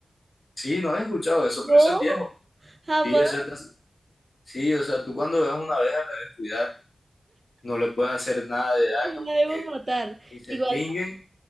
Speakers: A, on the left; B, on the right.
A: Sí, no había escuchado eso,
B: No,
A: pero eso es viejo.
B: jamás.
A: Sí, eso es de hace- sí, o sea, tú cuando veas una abeja la debes cuidar, no le puedes hacer nada de daño porque
B: La debo matar.
A: si se
B: Igual,
A: extinguen